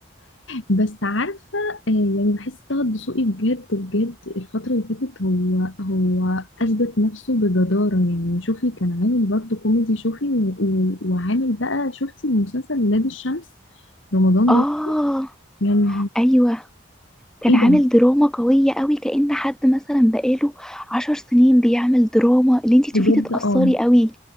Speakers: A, on the left; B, in the centre.
A: بس عارفة آه، يعني بحس طه الدسوقي بجد بجد الفترة اللي فاتت هو هو أثبت نفسه بجدارة يعني شوفي كان عامل برضه كوميدي شوفي و- و- وعامل بقى شفتي مسلسل ولاد الشمس رمضان
B: اه
A: ده يعني
B: ايوه كان
A: ايه
B: عامل
A: ده
B: دراما قويه قوي كأن حد مثلا بقاله عشر سنين بيعمل دراما اللي انتي تشوفيه
A: بجد
B: تتأثري
A: اه
B: قوي